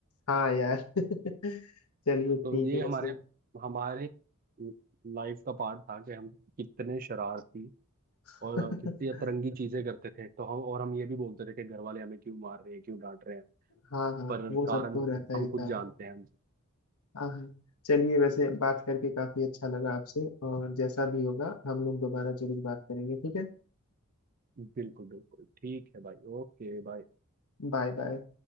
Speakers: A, on the left; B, on the right.
A: हाँ यार <laughs> चलिए ठीक
B: तो ये
A: है वैसे
B: हमारे हमारे लाइफ का पार्ट था कि हम कितने शरारती
A: <laughs>
B: और कितनी अतरंगी चीजें करते थे तो हम और हम ये भी बोलते थे कि घर वाले हमें क्यों मार रहे हैं क्यों डांट रहे हैं
A: हाँ हाँ
B: पर
A: वो सब
B: कारण
A: तो रहता
B: हम
A: ही था
B: खुद जानते हैं
A: हाँ हाँ चलिए वैसे बात करके काफी अच्छा लगा आपसे और जैसा भी होगा हम लोग दोबारा जरूर बात करेंगे ठीक है
B: बिल्कुल बिल्कुल ठीक है भाई ओके भाई
A: Bye bye